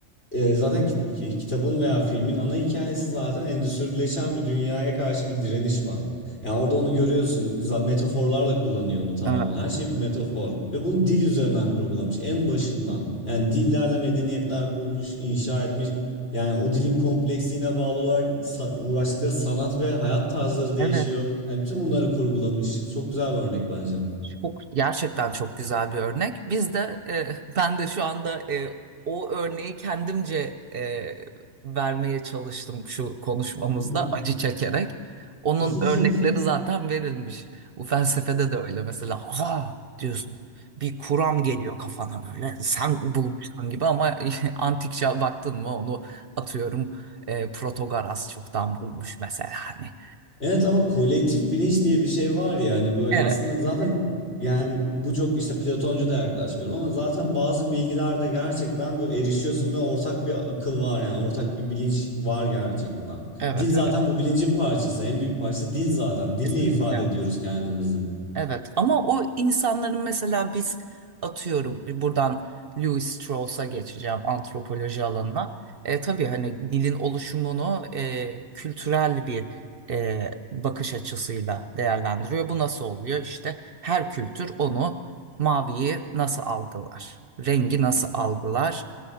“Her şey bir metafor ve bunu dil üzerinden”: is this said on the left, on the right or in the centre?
Left